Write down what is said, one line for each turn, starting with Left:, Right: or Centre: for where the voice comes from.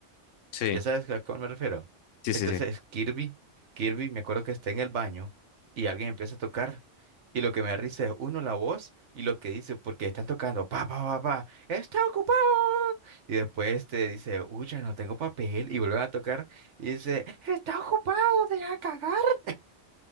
Left: Sí,
Right: ¿Ya sabes a cuál me refiero?
Left: sí,
Right: Entonces
Left: sí,
Right: Kirby, Kirby, me acuerdo que está en el baño y alguien empieza a tocar. Y lo que me da risa es uno la voz y lo que dice, porque están tocando, pa, pa, pa, pa, está ocupado. Y después te dice, uy, ya no tengo papel. Y vuelven a tocar y dice, está ocupado, deja cagar. <laughs>